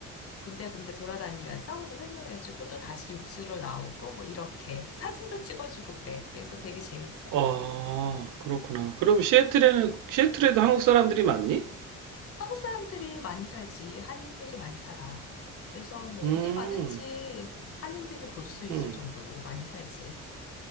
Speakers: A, on the left (about 50°); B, on the right (about 85°).
A: 군데군데 돌아다니면서 설명해주고 또 다시 육지로 나오고 뭐 이렇게 사진도 찍어주고 그래. 그래서 되게 재밌어.
B: 아, 그렇구나. 그럼 시애틀에는, 시애틀에도 한국 사람들이 많니?
A: 한국 사람들이 많이 살지 한인들이 많이 살아. 그래서 뭐
B: 음,
A: 어디 가든지 한인들을 볼 수 있을
B: 음,
A: 정도로 많이 살지.